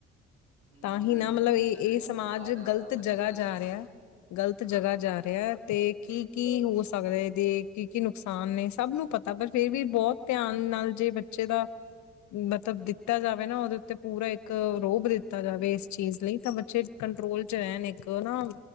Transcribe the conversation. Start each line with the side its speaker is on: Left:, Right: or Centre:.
Right: ਇਹੀ
Left: ਤਾਂਹੀ
Right: ਤਾਂ
Left: ਨਾ
Right: ਜੀ
Left: ਮਤਲਬ
Right: ਫੋਨ
Left: ਇਹ
Right: ਨੇ
Left: ਇਹ
Right: ਬਹੁਤ
Left: ਸਮਾਜ
Right: ਵਿਗਾੜਿਆ ਹੋਇਆ
Left: ਗ਼ਲਤ
Right: ਬੱਚਿਆਂ
Left: ਜਗ੍ਹਾ ਜਾ
Right: ਨੂੰ।
Left: ਰਿਆ। ਗ਼ਲਤ ਜਗ੍ਹਾ ਜਾ ਰਿਹਾ ਤੇ ਕੀ ਕੀ ਹੋ ਸਕਦਾ ਇਹਦੇ ਕੀ ਕੀ ਨੁਕਸਾਨ ਨੇ ਸਭ ਨੂੰ ਪਤਾ ਪਰ ਫਿਰ ਵੀ ਬਹੁਤ ਧਿਆਨ ਨਾਲ ਜੇ ਬੱਚੇ ਦਾ ਮਤਲਬ ਦਿੱਤਾ ਜਾਵੇ ਨਾ ਉਹਦੇ ਉੱਤੇ ਪੂਰਾ ਇੱਕ ਰੋਬ ਦਿੱਤਾ ਦਿੱਤਾ ਜਾਵੇ ਇਸ ਚੀਜ਼ ਲਈ ਤਾਂ ਬੱਚੇ ਕੰਟਰੋਲ ਚ ਰਹਿਣ ਇੱਕ ਨਾ